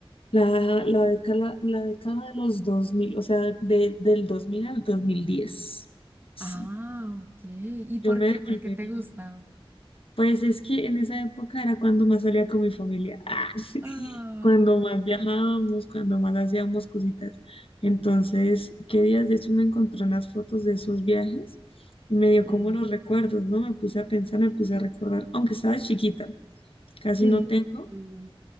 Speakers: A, on the left; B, on the right.
A: la, la década, la década de los dos mil o sea, de- del 2000 al dos mil diez Sí,
B: Ah, ok. ¿Y
A: yo
B: por
A: me
B: qué?
A: devolvería.
B: ¿Qué, qué te gusta?
A: Pues es que en esa época era cuando más salía con mi familia, Ah, <laughs>
B: Ay,
A: cuando más viajábamos, cuando más hacíamos cositas. Entonces, qué días, de hecho, me encontré unas fotos de esos viajes y me dio
B: Sí.
A: como los recuerdos, ¿no? Me puse a pensar, me puse a recordar, aunque estaba chiquita, casi
B: sí,
A: no tengo,
B: sí, <laughs> pero igual.